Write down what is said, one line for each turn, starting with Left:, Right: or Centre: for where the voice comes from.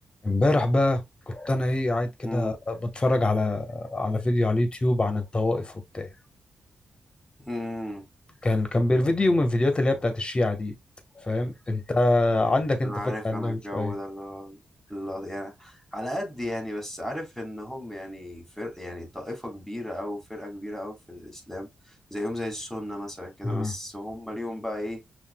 Left: امبارح بقى كنت انا ايه قاعد كده
Centre: امم
Left: بتفرج على على فيديو على اليوتيوب عن الطوائف وبتاع
Centre: امم
Left: وكان كان بي- فيديو من الفيديوهات اللي هي بتاعت الشيعة دي فاهم انت عندك انت
Centre: انا عارف
Left: فكرة عندهم
Centre: انا الجو
Left: شوية
Centre: ده اللي هو اللي يعني على قد يعني بس عارف ان هم يعني فرق يعني طائفة كبيرة او فرقة كبيرة او في الاسلام زيهم زي السنة مثلا كده
Left: آه.
Centre: بس هم ليهم بقى ايه